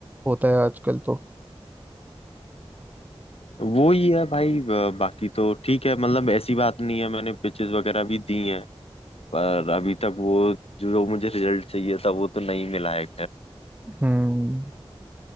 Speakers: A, on the right; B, on the left.
A: होता है आजकल तो
B: वो ही है भाई ब- बाकी तो ठीक है मतलब ऐसी बात नहीं है मैंने पिचेस वगैरह भी दी हैं पर अभी तक वो जो जो मुझे रिजल्ट चाहिए था वो तो नहीं मिला है
A: हम्म